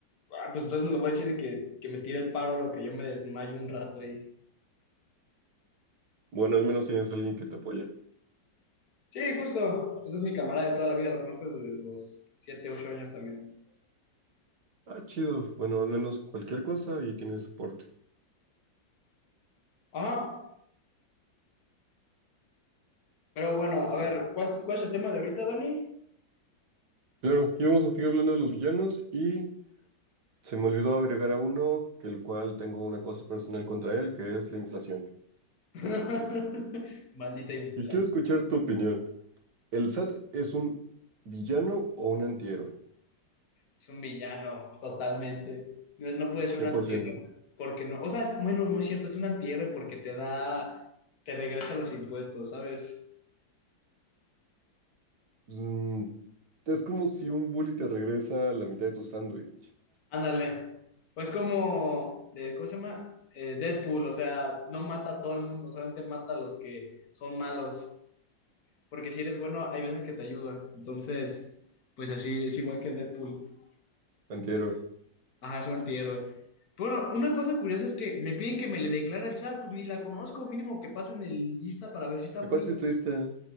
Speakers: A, on the left; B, on the right.
A: ah, pues entonces le voy a decir de que, que me tire el paro, lo que yo me desmayo un rato ahí.
B: Bueno, al menos tienes alguien que te apoya.
A: Sí, justo, pues es mi camarada de toda la vida, lo conozco desde los siete ocho años también.
B: Ah, chido. Bueno, al menos cualquier cosa y tienes soporte.
A: Ajá, pero bueno, a ver, ¿cuál, cuál es el tema de ahorita, Dani?
B: Claro, y vamos a seguir hablando de los villanos y se me olvidó agregar a uno, que el cual tengo una cosa personal contra él, que es la inflación.
A: <laughs> Maldita inflación.
B: Y quiero escuchar tu opinión. ¿El SAT es un villano o un antihéroe?
A: Es un villano, totalmente. No, no puede ser
B: 100%.
A: un antihéroe porque no. O sea, es- bueno, no es cierto, es un antihéroe porque te da, te regresa los impuestos, ¿sabes?
B: Mm, es como si un bully te regresa la mitad de tu sándwich.
A: Ándale. O es como, de- ¿cómo se llama? Eh, Deadpool, o sea, no mata a todo el mundo, solamente mata a los que son malos. Porque si eres bueno, hay veces que te ayuda. Entonces, pues así, es igual que Deadpool.
B: Antihéroe.
A: Ajá, es un antihéroe. Pero Bueno, una cosa curiosa es que me piden que me le declare al SAT, pues ni la conozco, mínimo que pasen el lista para ver si está
B: ¿Qué
A: bonita.
B: parte estuviste?